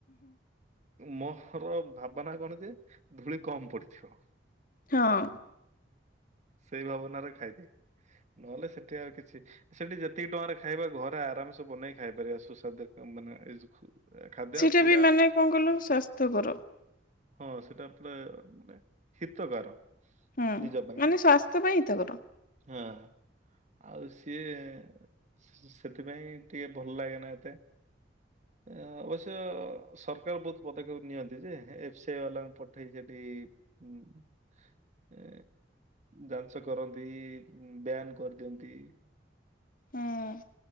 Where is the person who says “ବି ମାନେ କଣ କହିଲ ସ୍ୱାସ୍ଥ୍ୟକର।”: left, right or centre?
Left